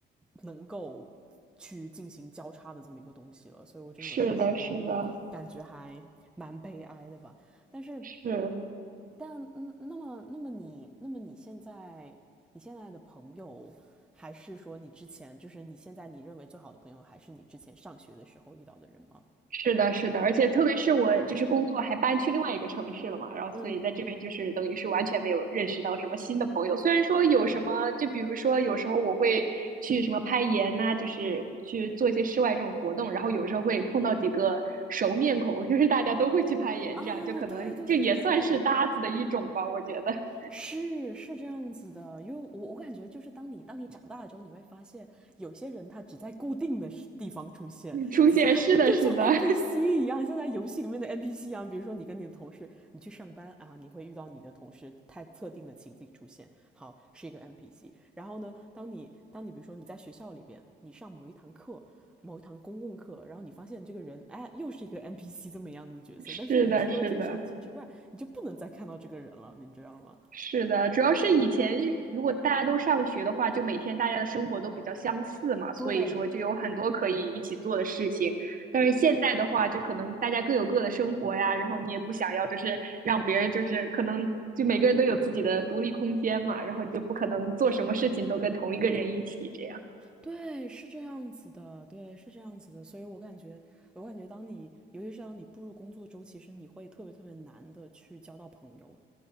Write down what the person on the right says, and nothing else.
是的，是的，
是。
是的，是的，而且特别是我就是工作还搬去另外一个城市了嘛，然后所以在这边就是等于是完全没有认识到什么新的朋友。
虽然说有什么，
就比如说有时候我会去什么攀岩呐、就是去做一些室外这种活动，然后有时候会碰到几个熟面孔，就是大家都会去攀岩，
这样就可能这也算是搭子的一种吧，
我觉得。<laughs>
你出现，
是的，是的，
<laughs>
是的，
是的。
是的，主要是以前如果大家都上学的话，就每天大家的生活都比较相似嘛，所以说就有很多可以一起做的事情。
但是现在的话，就可能大家各有各的生活呀，然后你也不想要就是让别人就是可能就每个人都有自己的独立空间嘛，然后你就不可能做什么事情都跟同一个人一起这样。